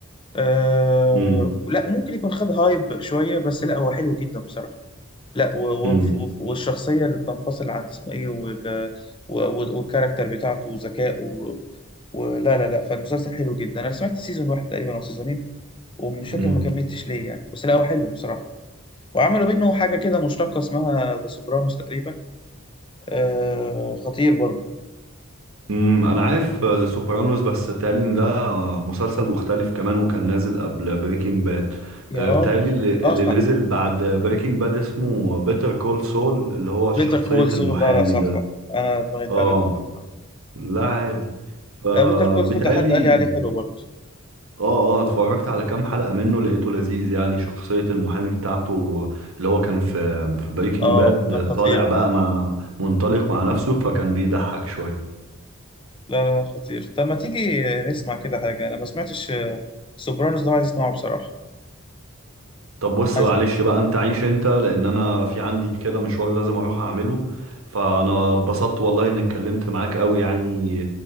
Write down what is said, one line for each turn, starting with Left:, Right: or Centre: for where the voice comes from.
Left: آه
Right: امم
Left: لا ممكن يكون خد هايب شوية بس لا هو حلو جدا بصراحة لا و-
Right: امم
Left: و- و- والشخصية اللي بتنفصل عن اسمه ايه وال و- وال- والكاركتر بتاعته وذكائه و- ولا لا لا فالمسلسل حلو جدا انا سمعت سيزون واحد تقريبا او سيزونين ومش فاكر
Right: امم
Left: ما كملتش ليه يعني بس لا هو حلو بصراحة وعملوا منه حاجة كده مشتقة اسمها ذا سوبرانوس تقريبا آه خطير برضه
Right: امم انا عارف ذا سوبرانوس بس بيتهيألي ان ده مسلسل مختلف كمان وكان نازل قبل بريكنج باد
Left: يا
Right: بيتهيألي
Left: راجل
Right: اللي
Left: اه
Right: اللي
Left: صح
Right: نزل
Left: صح
Right: بعد بريكنج باد اسمه بيتر كول سول اللي هو شخصية
Left: بيتر كول سول
Right: المحامي
Left: لا لا صح
Right: ده
Left: صح صح انا دماغي اتقلبت
Right: اه
Left: لا صح
Right: لا عادي فبالتالي
Left: لا بيتر كول سول ده حد قال لي عليه حلو برضه
Right: اه اه اتفرجت على كام حلقة منه لقيته لذيذ يعني شخصية المحامي بتاعته اللي هو كان في في بريكنج
Left: اه
Right: باد
Left: ده خطير
Right: طالع بقى
Left: ده.
Right: مع منطلق مع نفسه فكان بيضحك شوية
Left: لا لا لا خطير طب ما تيجي نسمع كده حاجة أنا ما سمعتش آه، سوبرانوس ده عايز أسمعه بصراحة
Right: طب بص
Left: عايز
Right: معلش بقى انت عيش انت لان انا في عندي كده مشوار لازم اروح اعمله فانا اتبسطت والله اني اتكلمت معاك قوي يعني